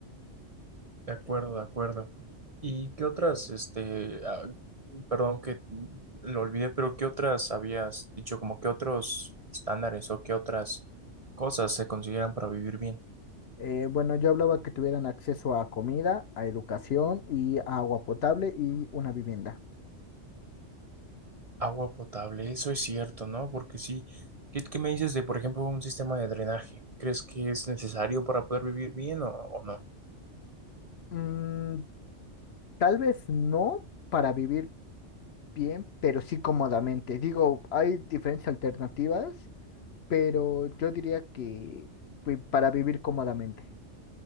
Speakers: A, on the right (about 35°); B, on the left (about 60°).
A: De acuerdo, de acuerdo. ¿Y qué otras, este, ah, perdón que lo olvidé, pero qué otras habías dicho, como qué otros estándares o qué otras cosas se consideran para vivir bien?
B: Eh, bueno, yo hablaba que tuvieran acceso a comida, a educación y a agua potable y una vivienda.
A: Agua potable, eso es cierto, ¿no? Porque sí, ¿qué, qué me dices de, por ejemplo, un sistema de drenaje? ¿Crees que es necesario para poder vivir bien o, o no?
B: Mm, tal vez no para vivir bien, pero sí cómodamente. Digo, hay diferentes alternativas, pero yo diría que pues, para vivir cómodamente.